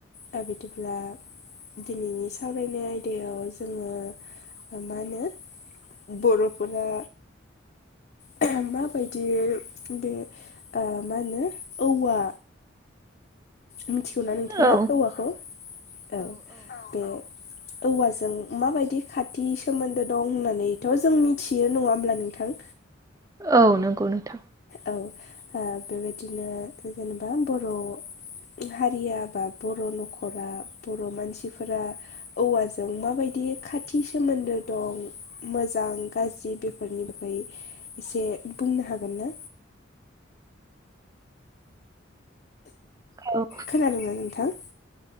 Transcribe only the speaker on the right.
औ
औ नोंगौ नोंथां।
औ